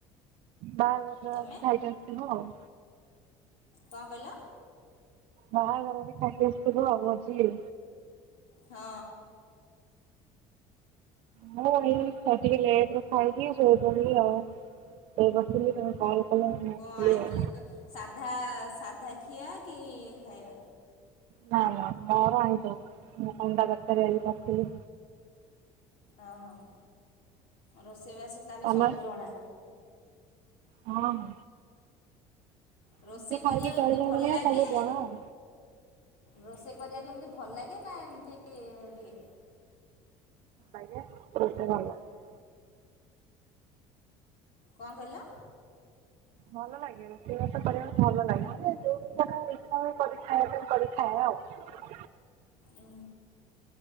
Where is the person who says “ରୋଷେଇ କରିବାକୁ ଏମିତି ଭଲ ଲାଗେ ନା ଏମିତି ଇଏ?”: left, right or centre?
Left